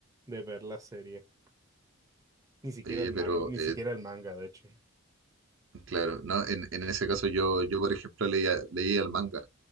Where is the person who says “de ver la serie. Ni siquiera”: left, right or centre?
Right